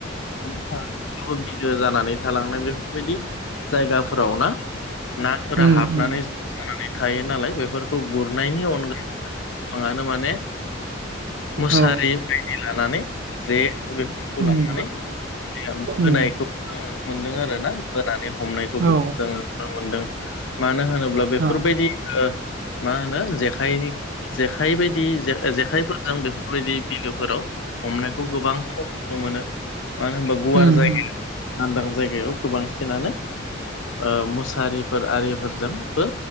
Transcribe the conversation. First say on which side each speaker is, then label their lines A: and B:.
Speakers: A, on the left; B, on the right.
A: <unintelligible> बिलो जानानै थालांनाय बेफोरबायदि जायगाफोराव ना नाफोरा
B: उम
A: हाबनानै ज जानानै थायो नालाय बेफोरखौ गुरनायनि अनगायैबो गोबाङानो माने मुसारि
B: औ
A: बायदि लानानै जे बेफोरखौ
B: उम
A: लानानै <unintelligible>
B: उम
A: होनायखौ नुनो मोनदों आरोना बोनानै हमनायखौबो
B: औ
A: जोङो नुनो मोनदों मानो होनोब्ला बेफोरबायदि
B: अ
A: ओ मा होनो जेखाइ जेखाय बायदि जे जेखायफोरजों बे फोरबायदि बिलोफोराव हमनायखौ गोबां खम नुनो मोनो मानो होनबा गुवार
B: उम
A: जायगायाव
B: उम
A: लदां जायगायाव गोबांसिनानो ओ मुसारिफोर आरिफोरजों बो